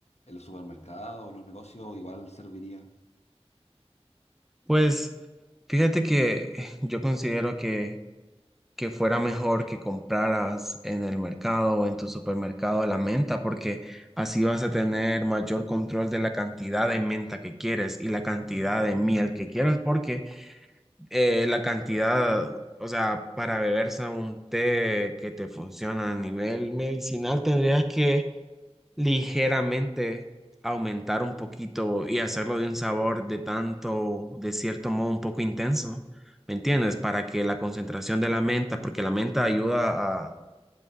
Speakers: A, on the left; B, in the centre.
A: en los supermercados, los negocios, igual serviría.
B: Pues fíjate que yo considero que que fuera mejor que compraras en el mercado o en tu supermercado la menta, porque así vas a tener mayor control de la cantidad de menta que quieres y la cantidad de miel que quieres, porque eh, la cantidad, o sea, para beberse un té que te funciona a nivel medicinal, tendrías que ligeramente aumentar un poquito y hacerlo de un sabor de tanto, de cierto modo, un poco intenso. ¿Me entiendes? Para que la concentración de la menta, porque la menta ayuda a